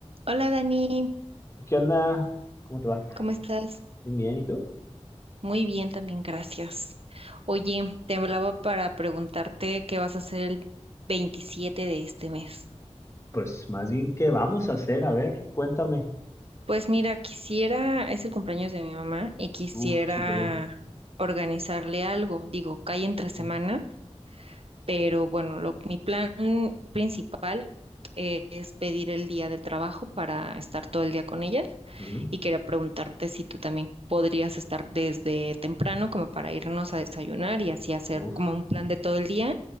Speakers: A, on the right (about 55°); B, on the left (about 25°).
A: Hola Dani,
B: ¿Qué onda? ¿Cómo te va?
A: ¿cómo estás?
B: Bien, bien, ¿y tú?
A: Muy bien también, gracias. Oye, te hablaba para preguntarte qué vas a hacer el 27 de este mes.
B: Pues más bien, ¿qué vamos a hacer? A ver, cuéntame.
A: Pues mira, quisiera, es el cumpleaños de mi mamá y quisiera
B: Uf, súper bien.
A: organizarle algo. Digo, cae entre semana,
B: Mm,
A: Pero bueno, lo, mi plan principal eh, es pedir el día del trabajo para estar todo el día con ella
B: ujú.
A: y quería preguntarte si tú también podrías estar desde temprano como para irnos a desayunar y así hacer
B: Uf,
A: como un plan de todo el día